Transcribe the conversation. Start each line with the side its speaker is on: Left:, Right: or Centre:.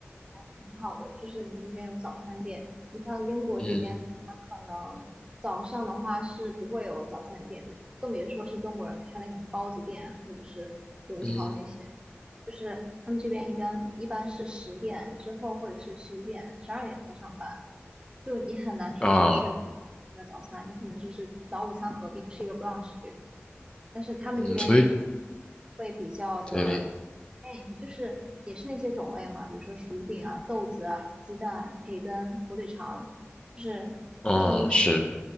Right: 还挺好的，就是你们那边有早餐店。你像英国这边，
Left: 嗯
Right: 它可能早上的话是不会有早餐店的，更别说是中国人开那种包子店啊或者是油条那些。
Left: 嗯
Right: 就是他们这边一般一般是十点之后或者是十一点、十二点才上班，就你很难说是去
Left: 啊
Right: 那个早餐，你可能就是早午餐合并吃一个 brunch。这种。但是他们这边就是
Left: 嗯，所以
Right: 会比较的，
Left: 对，
Right: 哎，就是也是那些种类嘛，比如说薯饼啊、豆子啊、鸡蛋、培根、火腿肠，就是就是英式
Left: 嗯是，